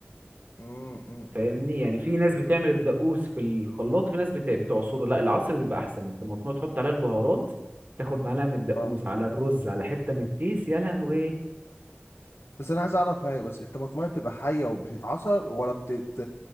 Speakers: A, on the left; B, on the right.
A: مم، مم،
B: فاهمني
A: مم، مم.
B: يعني في ناس بتعمل الدقوس في الخلاط في ناس بت- بتعصره لا العصر بيبقى احسن الطماطم تحط عليها البهارات تاخد معلقه من الدقوس
A: اه
B: على الرز على حته من التيس يا لهوي
A: بس انا عايز اعرف حاجه بس الطماطمايه بتبقى حيه وبتتعصر ولا بتت